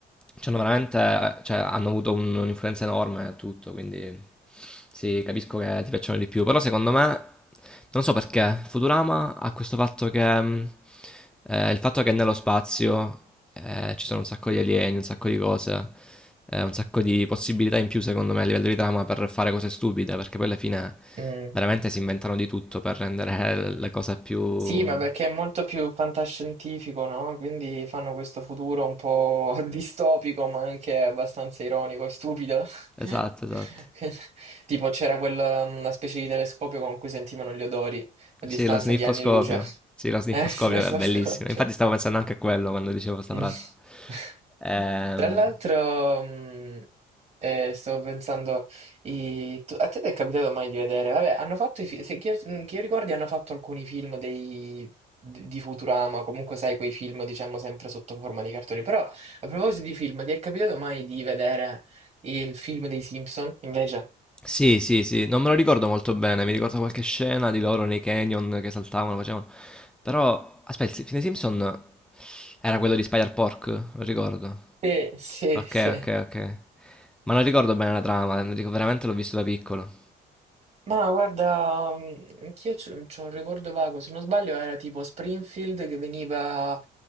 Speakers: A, in the centre; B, on the right.
A: ci hanno veramente, eh, cioè, hanno avuto un- un'influenza enorme a tutto, quindi sì, capisco che ti piacciono di più, però secondo me, non so perché, Futurama ha questo fatto che... mh, Ehm, il fatto che nello spazio, ehm, ci sono un sacco di alieni, un sacco di cose, ehm, un sacco di possibilità in più secondo me a livello di trama per fare cose stupide, perché poi alla fine
B: mm.
A: veramente si inventano di tutto per rendere <laughs> le cose più
B: Sì, ma perché è molto più fantascientifico, no? Quindi fanno questo futuro un po' <laughs> distopico, ma anche abbastanza ironico e stupido. <laughs>
A: esatto, esatto.
B: Tipo c'era quella una specie di telescopio con cui sentivano gli odori a distanza
A: Sì, lo sniffoscopio.
B: di anni luce.
A: Sì, lo sniffoscopio
B: Eh, sì, <laughs>
A: è
B: lo
A: bellissimo.
B: scopo, cioè.
A: Infatti stavo pensando anche a quello quando dicevo 'sta
B: Mm.
A: frase.
B: <laughs>
A: Ehm
B: Tra l'altro, mh, eh, stavo pensando, i- tu- a te ti è capitato mai di vedere? Vabbè, hanno fatto i fi- se, che, io, che io ricordi, hanno fatto alcuni film dei- di di Futurama, comunque sai, quei film, diciamo, sempre sotto forma di cartoni. Però, a proposito di film, ti è capitato mai di vedere il film dei Simpson, invece?
A: Sì, sì, sì, non me lo ricordo molto bene, mi ricordo qualche scena di loro nei canyon che saltavano, facevano. Però, aspetta, il fine Simpson era quello di Spider-Pork, lo ricordo.
B: Sì, sì,
A: Ok,
B: sì.
A: ok, ok. Ma non ricordo bene la trama, non dico- veramente l'ho visto da piccolo.
B: Ma guarda, mm, anch'io c'ho c'ho un ricordo vago, se non sbaglio era tipo Springfield che veniva